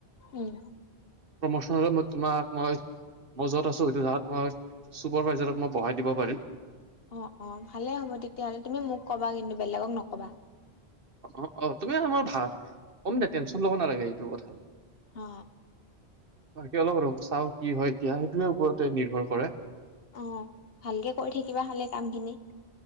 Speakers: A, on the left; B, on the right.
A: উম
B: প্ৰমোচন হলে মই তোমাক মই মই যত আছো সেইটো ধই চুপাৰ ভাইজাৰত মই বহাই দিব পাৰিম
A: অ অ ভালে হ'ব তেতিয়াহ'লে তুমি মোক কবা কিন্তু বেলেগক নকবা
B: অ অ তুমি আমাৰ ভা কম দে টেনশ্যন ল'ব নালাগে এইটো কথা
A: অ
B: বাকী অলপ চাও কি হয় এতিয়া সেইটোৱে ওপৰতে নিৰ্ভৰ কৰে
A: অ ভালকে কৰি থাকিবা হালে কাম খিনি